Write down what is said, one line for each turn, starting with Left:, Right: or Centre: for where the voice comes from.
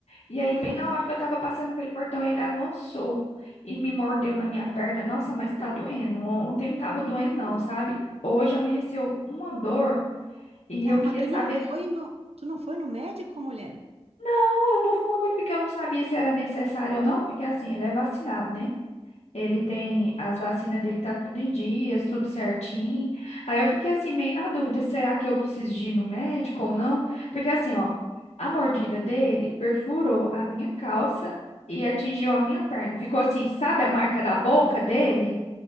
Left: E aí,
Right: ai,
Left: bem na hora que eu tava passando pelo portão, ele avançou e me mordeu na minha perna. Nossa, mas tá doendo. Ontem não tava
Right: menina.
Left: doendo, não, sabe? Hoje amanheceu uma dor e
Right: Tá,
Left: eu queria
Right: mas tu
Left: saber.
Right: não foi no, tu não foi no médico, mulher?
Left: Não, eu não fui, porque eu não sabia se era necessário ou não, porque assim, ele é vacinado, né? Ele tem as vacinas dele, tá tudo em dias, tudo certinho. Aí eu fiquei assim, meio na dúvida, será que eu preciso de ir no médico ou não? Porque assim, ó, a mordida dele perfurou a minha calça e atingiu a minha perna. Ficou assim, sabe a marca da boca dele?